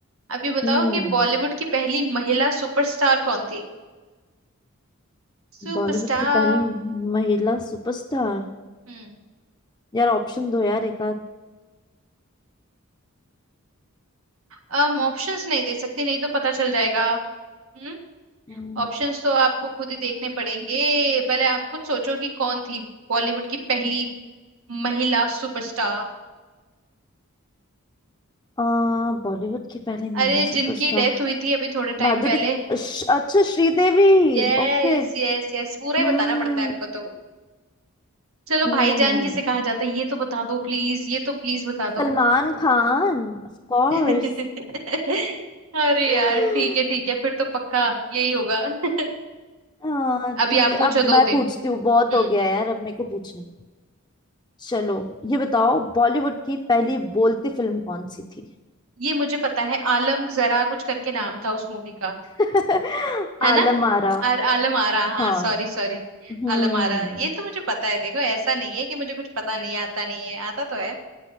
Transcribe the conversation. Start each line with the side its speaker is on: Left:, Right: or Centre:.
Right: अभी बताओ
Left: हम्म
Right: कि बॉलीवुड की पहली महिला सुपरस्टार कौन थी सुपरस्टार
Left: बॉलीवुड की पहली महिला सुपरस्टार
Right: हम्म
Left: यार ऑप्शन दो यार एक आध
Right: हम ऑप्शंस नहीं दे सकती नहीं तो पता चल जाएगा हम्म
Left: हम्म,
Right: ऑप्शंस तो आपको खुद ही देखने पड़ेंगे पहले आप खुद सोचो कि कौन थी बॉलीवुड की पहली महिला सुपरस्टार
Left: आ बॉलीवुड की पहली महिला
Right: अरे
Left: सुपरस्टार
Right: जिनकी डेथ हुई थी अभी थोड़े
Left: माधुरी
Right: टाइम पहले
Left: श- अच्छा Sridevi
Right: यस
Left: Okay
Right: यस यस पूरा ही
Left: Hmm
Right: बताना पड़ता है आपको तो चलो
Left: hmm
Right: भाईजान किसे कहा जाता है ये तो बता दो प्लीज ये तो प्लीज बता
Left: Salman
Right: दो
Left: Khan of course
Right: <laughs> अरे
Left: <laughs>
Right: यार ठीक है ठीक है फिर तो पक्का यही होगा <laughs>
Left: हाँ
Right: अभी
Left: ठीक
Right: आप
Left: है
Right: पूछो
Left: अब
Right: दो
Left: मैं
Right: तीन
Left: पूछती हूँ बहुत
Right: हम्म
Left: हो गया यार अब मेरे को पूछना चलो ये बताओ बॉलीवुड की पहली बोलती फिल्म कौन सी थी
Right: ये मुझे पता है आलम जरा कुछ करके नाम था उस मूवी का
Left: <laughs>
Right: है
Left: आलम
Right: ना
Left: आरा
Right: और आलम आरा हाँ
Left: हाँ
Right: सॉरी सॉरी
Left: हम्म
Right: आलम आरा ये तो मुझे पता है देखो ऐसा नहीं है कि मुझे कुछ पता नहीं है आता नहीं है आता तो है